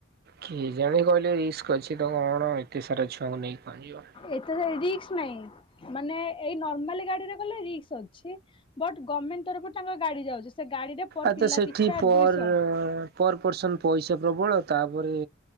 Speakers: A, on the right; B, on the left.
A: କିଏ ଜାଣ କହିଲେ ରିସ୍କ ଅଛି ତ କ ଣ ଏତେ ସାରା ଛୁଆଙ୍କୁ ନେଇକି ପହଞ୍ଚଯିବ।
B: ଏତେ ରିକ୍ସ ନାଇଁ ମାନେ ଏଇ ନର୍ମାଲ ଗାଡିରେ ଗଲେ ରିକ୍ସ ଅଛି। ବଟ୍ ଗଭର୍ଣ୍ଣମେଣ୍ଟ ତରଫରୁ ତାଙ୍କ ଗାଡି ଯାଉଛି। ସେ ଗାଡିରେ ପର
A: ଆଚଛା
B: ପିଲା
A: ସେଠି
B: ପିଛା
A: ପର
B: ଦୁଇଶହ
A: ପର ପର୍ସନ୍ ପଇସା ପ୍ରବଳ ତାପରେ